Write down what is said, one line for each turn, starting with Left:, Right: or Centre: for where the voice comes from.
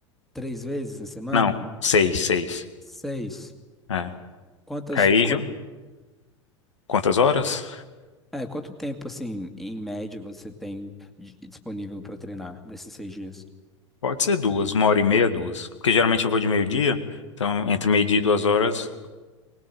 Centre: Três vezes na semana?
Left: Não, seis, seis.
Centre: Seis?
Left: É.
Centre: Quantas,
Left: Aí,
Centre: quanto,
Left: Ju, quantas horas?
Centre: é, quanto tempo, assim, em média, você tem di- disponível para treinar nesses seis dias?
Left: Pode ser duas, uma hora e meia, duas. Porque geralmente eu vou de meio-dia, então entre meio-dia e duas horas